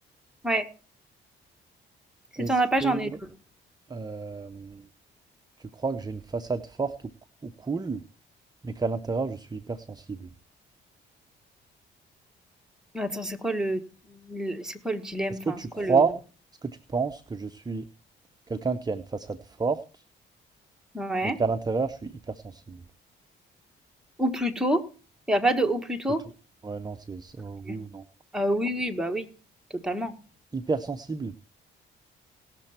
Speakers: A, in the centre; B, on the right (about 20°).
A: Ouais, si
B: Est-ce
A: t'en as pas,
B: que
A: j'en ai deux.
B: euh, tu crois que j'ai une façade forte ou, ou cool, mais qu'à l'intérieur je suis hypersensible?
A: Attends, c'est quoi le, le- c'est quoi le dilemme?
B: Est-ce que
A: Enfin,
B: tu
A: c'est quoi
B: crois,
A: le...
B: est-ce que tu penses que je suis quelqu'un qui a une façade forte,
A: Ouais.
B: mais qu'à l'intérieur je suis hypersensible?
A: Ou plutôt? Il y a pas de ou plutôt?
B: C'est tout. Ouais, non, c'est ça, oui
A: OK.
B: ou non.
A: oui, oui, bah, oui, totalement.
B: Hypersensible?